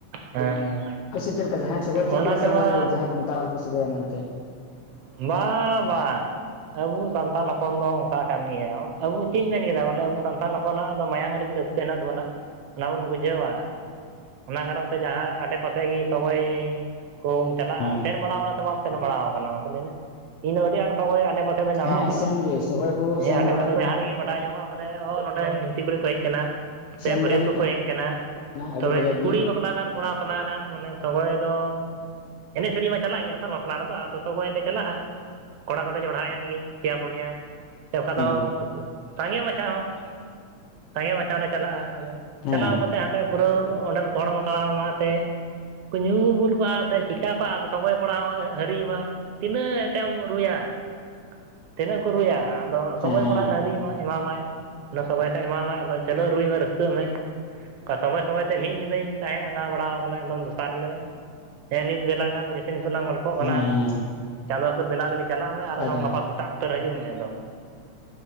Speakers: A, on the right; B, on the left.
A: ᱦᱮᱸ ᱦᱮᱸ
B: ᱦᱳᱭ ᱥᱮ ᱪᱮᱫ ᱞᱮᱠᱟ ᱡᱟᱦᱟᱸᱭ ᱥᱚᱜᱚᱭ ᱦᱚᱪᱚᱭ
A: ᱚᱱᱟ
B: ᱜᱮᱭᱟ ᱥᱮ
A: ᱛᱮᱢᱟ
B: ᱚᱸᱰᱮ ᱠᱚ ᱡᱟᱦᱟᱸᱭ ᱠᱚ ᱢᱮᱛᱟᱜ-ᱟ ᱟᱞᱯᱚ ᱥᱚᱜᱚᱭ ᱢᱮᱱᱛᱮ?
A: ᱵᱟᱝ ᱵᱟᱝ ᱟᱵᱚ ᱥᱟᱱᱛᱟᱞ ᱦᱚᱯᱚᱱ ᱫᱚ ᱚᱱᱠᱟ ᱠᱟᱱ ᱜᱮᱭᱟ ᱟᱵᱚ ᱪᱮᱫ ᱤᱧ ᱢᱮᱱ ᱠᱮᱫᱟ ᱵᱚᱞᱮ ᱟᱵᱚ ᱥᱟᱱᱛᱟᱲ ᱦᱚᱯᱚᱱᱟᱜ-ᱟ ᱫᱚ ᱢᱟᱭᱟᱝ ᱨᱮᱜᱮ ᱨᱟᱹᱥ ᱠᱟᱹ ᱦᱮᱱᱟᱜ ᱛᱟᱵᱚᱱᱟ ᱚᱱᱟ ᱵᱚᱱ ᱵᱩᱡᱷᱟᱹᱣᱟ ᱚᱱᱟ ᱠᱟᱨᱚᱱ ᱛᱮ ᱡᱟᱦᱟᱸ ᱟᱰᱮ ᱯᱟᱥᱮᱡ ᱜᱮ ᱥᱚᱜᱚᱭ ᱠᱚᱢ ᱪᱟᱞᱟᱜ-ᱟ
B: ᱦᱮᱸ
A: ᱥᱮᱱ ᱵᱟᱲᱟᱣ ᱟᱠᱟᱱᱟ ᱥᱮ ᱵᱟᱢ ᱥᱮᱱ ᱵᱟᱲᱟᱣ ᱟᱠᱟᱱᱟ? ᱤᱧ ᱫᱚ ᱟᱹᱰᱤ ᱟᱸᱴ ᱥᱚᱜᱚᱭ ᱟᱰᱮᱯᱟᱥᱮ ᱫᱚᱧ ᱫᱟᱬᱟ
B: ᱦᱮᱸ
A: ᱟᱠᱟᱫᱟ
B: ᱥᱮᱱ ᱜᱮ ᱥᱚᱜᱚᱭ ᱠᱚ
A: ᱦᱮᱸ
B: ᱥᱮᱱ
A: ᱚᱸᱰᱮ
B: ᱵᱟᱲᱟ
A: ᱠᱷᱚᱱ ᱡᱟᱦᱟᱸ ᱨᱮᱜᱮ ᱵᱟᱰᱟᱭ ᱧᱟᱢᱚᱜ-ᱟ ᱢᱟᱱᱮ ᱱᱚᱰᱮ ᱞᱩᱱᱛᱤ ᱠᱩᱲᱤ ᱠᱚ ᱦᱮᱡ ᱟᱠᱟᱱᱟ᱾ ᱥᱮ
B: ᱥᱮᱱ
A: ᱵᱟᱹᱨᱭᱟᱹᱛ
B: ᱵᱟᱲᱟ ᱦᱩᱭ
A: ᱠᱚᱠᱚ ᱦᱮᱡ ᱟᱠᱟᱱᱟ
B: ᱠᱟᱱᱟ ᱟᱹᱰᱤ
A: ᱛᱚᱵᱮ
B: ᱠᱟᱡᱟᱠ ᱜᱮ
A: ᱠᱩᱲᱤ ᱵᱟᱯᱞᱟ ᱜᱟᱱ ᱠᱚᱲᱟ ᱵᱟᱯᱞᱟ ᱜᱟᱱ ᱢᱟᱱᱮ ᱥᱚᱜᱚᱭ ᱫᱚ ᱮᱱᱮᱡ ᱥᱮᱨᱮᱧ ᱢᱟ ᱪᱟᱞᱟᱜ ᱜᱮᱭᱟ ᱛᱚ ᱵᱟᱯᱞᱟ ᱨᱮᱫᱚ ᱟᱫᱚ ᱥᱚᱜᱚᱭ ᱞᱮ ᱪᱟᱞᱟᱜ-ᱟ ᱠᱚᱲᱟ ᱠᱚᱞᱮ ᱡᱚᱲᱦᱟᱭᱮᱱ ᱜᱮ ᱯᱮᱭᱟ ᱯᱩᱱᱭᱟ ᱥᱮ ᱚᱠᱟ
B: ᱦᱮᱸ
A: ᱫᱚ ᱥᱟᱸᱜᱮ ᱢᱟᱪᱷᱟ ᱦᱚᱸ ᱥᱟᱸᱜᱮ ᱢᱟᱪᱷᱟ ᱦᱚᱸ ᱞᱮ ᱪᱟᱞᱟᱜ-ᱟ ᱟᱫᱚ
B: ᱦᱮᱸ
A: ᱪᱟᱞᱟᱣ ᱠᱟᱛᱮ ᱦᱟᱸᱰᱮ ᱯᱩᱨᱟᱹᱣ ᱚᱸᱰᱮᱱ ᱠᱚ ᱦᱚᱲ ᱢᱟᱠᱟ ᱢᱟ ᱮᱱᱛᱮ ᱠᱚ ᱧᱩ ᱵᱩᱞ ᱠᱚᱜ-ᱟ ᱥᱮ ᱪᱤᱠᱟᱹ ᱠᱚᱜ-ᱟ ᱟᱫᱚ ᱥᱚᱜᱚᱭ ᱠᱚᱲᱟ ᱦᱚᱸ ᱦᱟᱹᱨᱤᱭ ᱢᱟ ᱛᱤᱱᱟᱹᱜ ᱛᱮᱢ ᱨᱩᱭᱟ, ᱛᱤᱱᱟᱹᱜ ᱠᱚ ᱨᱩᱭᱟ ᱟᱫᱚ
B: ᱦᱮᱸ
A: ᱥᱚᱜᱚᱭ ᱠᱚᱲᱟ ᱦᱟᱹᱨᱤᱭ ᱢᱟᱭ ᱮᱢᱟᱢᱟᱭ᱾ ᱚᱱᱟ ᱥᱚᱜᱚᱭ ᱠᱷᱟᱭ ᱮᱢᱟᱢᱟᱭ ᱟᱫᱚ ᱪᱟᱹᱞᱩ ᱨᱩᱭ ᱢᱮ ᱨᱟᱹᱥᱠᱟᱹᱜ ᱢᱮ᱾ ᱚᱱᱠᱟ ᱥᱚᱜᱚᱭ ᱥᱚᱜᱚᱭ ᱛᱮ ᱢᱤᱫ ᱧᱤᱫᱟᱹᱧ ᱛᱟᱦᱮᱸ ᱟᱸᱜᱟ ᱵᱟᱲᱟ ᱟᱠᱟᱱᱟ ᱮᱠᱫᱚᱢ ᱫᱚᱥᱟᱨ ᱦᱤᱞᱳᱜ᱾ ᱦᱮᱸ ᱱᱤᱛ ᱵᱮᱞᱟ ᱜᱟᱱ ᱡᱮᱥᱮ ᱱᱤᱛᱚᱜ ᱞᱟᱝ ᱜᱚᱞᱯᱚᱜ ᱠᱟᱱᱟ
B: ᱦᱮᱸ
A: ᱪᱟᱸᱫᱚ ᱥᱩᱨ ᱵᱮᱞᱟ ᱫᱚᱞᱮ ᱪᱟᱞᱟᱜ ᱢᱮ ᱟᱨ
B: ᱟᱪᱪᱷᱟ
A: ᱟᱫᱚᱢ ᱜᱟᱯᱟ ᱥᱮᱫ ᱮᱴᱟᱜ ᱩᱛᱟᱹᱨ ᱦᱤᱡᱩᱜ ᱢᱮ ᱮᱠᱫᱚᱢ